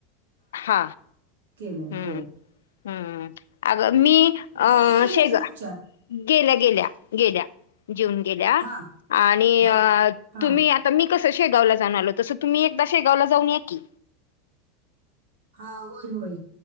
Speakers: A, on the left; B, on the right.
A: हा,
B: केलंय
A: हम्,
B: हो
A: हम अग मी अह,
B: मुली गेल्या
A: शेगा.
B: काय तुमच्या
A: गेल्या, गेल्या, गेल्या जेऊन गेल्या
B: हा
A: आणि
B: हा हा
A: तुम्ही आ तर मी कसं शेगावला जाऊन आलो, तसं तुम्ही एकदा शेगावला जाऊन या की.
B: हा, होय होय.